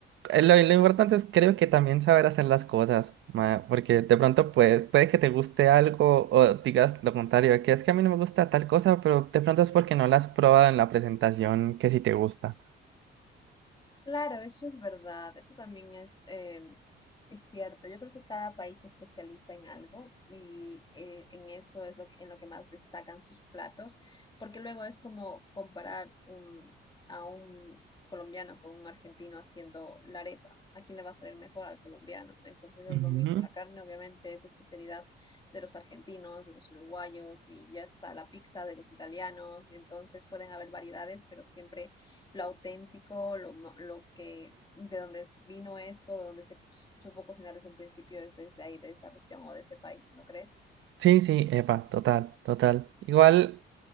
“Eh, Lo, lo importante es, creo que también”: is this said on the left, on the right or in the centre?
Right